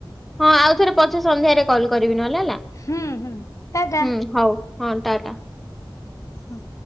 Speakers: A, in the centre; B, on the left.
A: ହଁ ଆଉ ଥରେ ପଛେ ସନ୍ଧ୍ୟାରେ କଲ କରିବିି ନଲେ ହେଲା
B: ହୁଁ ହୁଁ ଟା ଟା।
A: ହୁଁ ହଉ। ହଁ ଟାଟା।
B: ହଁ।